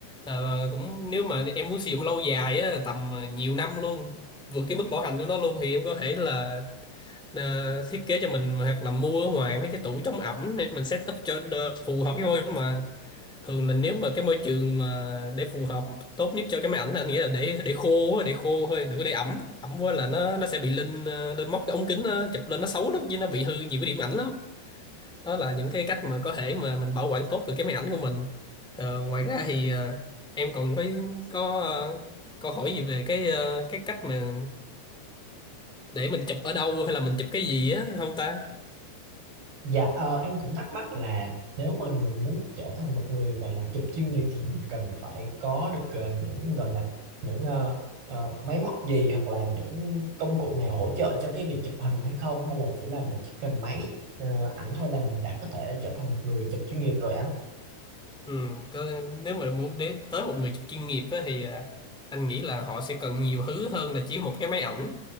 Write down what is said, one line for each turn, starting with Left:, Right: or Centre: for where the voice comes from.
Centre: Ờ, cũng nếu mà em muốn sử dụng lâu dài á tầm ờ, nhiều năm luôn vượt cái mức bảo hành của nó luôn thì em có thể là ờ, thiết kế cho mình hoặc là mua ở ngoài mấy cái tủ chống ẩm để mình set up cho đ- phù hợp cái môi trường mà thường là nếu mà cái môi trường mà để phù hợp tốt nhất cho cái máy ảnh là anh nghĩ là để để khô á, để khô thôi đừng có để ẩm ẩm quá là nó nó sẽ bị lên ờ, lên móc cái ống kính nó chụp lên nó xấu lắm chứ nó bị hư nhiều cái điểm ảnh lắm đó là những cái cách mà có thể mà mình bảo quản tốt được cái máy ảnh của mình Ờ, ngoài ra thì ờ, em còn có có ờ, câu hỏi gì về cái ờ, cái cách mà để mình chụp ở đâu hay là mình chụp cái gì á không ta
Right: Dạ ờ, em cũng thắc mắc là nếu mình mình muốn trở thành một người gọi là chụp chuyên nghiệp thì mình cần phải có được ờ, những gọi là những ờ, ờ, máy móc gì hoặc là những công cụ nào hỗ trợ cho cái việc chụp hình hay không hay là chỉ là mình chỉ cần máy ờ, ảnh thôi là mình đã có thể trở thành một người chụp chuyên nghiệp rồi anh?
Centre: Ừ, cơ, nếu mà muốn đến tới một người chụp chuyên nghiệp á, thì à, anh nghĩ là họ sẽ cần nhiều thứ hơn là chỉ một cái máy ảnh.